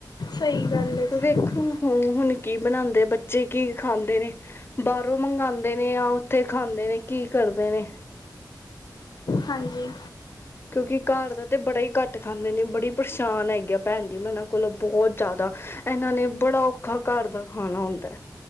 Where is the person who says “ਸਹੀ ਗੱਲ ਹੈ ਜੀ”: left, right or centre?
Left